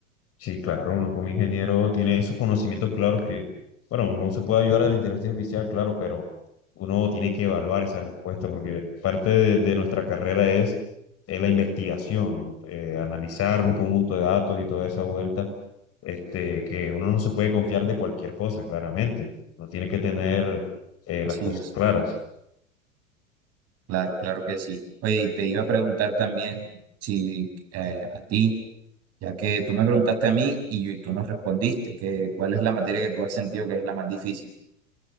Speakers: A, on the left; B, on the right.
A: Sí, claro, uno como ingeniero tiene esos conocimientos claros que, bueno, uno se puede ayudar de la inteligencia artificial, claro, pero uno tiene que evaluar esa respuesta porque parte de, de nuestra carrera es, es la investigación, eh, analizar un conjunto de datos y toda esa vuelta, este, que uno no se puede confiar de cualquier cosa, claramente. Uno tiene que tener eh,
B: Así
A: las cosas
B: es.
A: claras.
B: Claro, claro que sí. Oye, y te iba a preguntar también si eh, a ti, ya que tú me preguntaste a mí y, yo- y tú no respondiste, que, ¿cuál es la materia que tú has sentido que es la más difícil